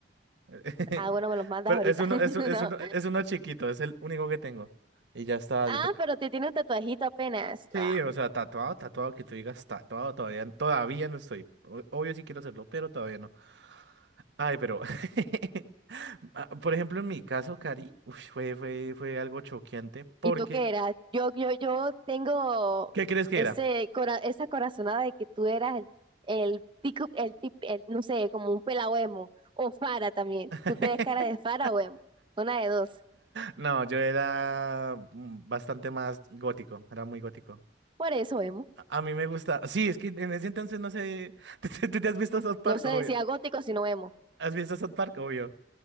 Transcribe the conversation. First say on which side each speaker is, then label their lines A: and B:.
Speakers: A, on the right (about 70°); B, on the right (about 30°).
A: <laughs>
B: Ah, bueno, me los mandas
A: Pero
B: ahorita.
A: es uno,
B: <laughs>
A: es, uno- es
B: No.
A: uno, es uno chiquito, es el único que tengo. Y ya está,
B: Ah,
A: ya toca.
B: pero te tiene un tatuajito apenas.
A: Sí,
B: No,
A: o sea, tatuado, tatuado, que tú digas tatuado, todavía, todavía no estoy. O- Obvio sí quiero hacerlo, pero todavía no. Ay, pero, <laughs> ah, por ejemplo, en mi caso, Cari, uy, fue, fue, fue algo choqueante porque,
B: ¿Y tú qué eras? Yo, yo, yo tengo
A: ¿qué crees que
B: ese
A: era?
B: cora- esa corazonada de que tú eras el, el pico, el tip, el, no sé, como un pelao emo, o Fara también.
A: <laughs>
B: Tú te ves cara de Fara o emo, una de dos.
A: No, yo era mm, bastante más gótico, era muy gótico.
B: Por eso emo.
A: A, a mí me gusta, sí, es que en ese entonces no sé, <laughs> ¿tú, tú te has visto South Park,
B: No se
A: obvio?
B: decía gótico, sino emo.
A: ¿Has visto South Park, obvio?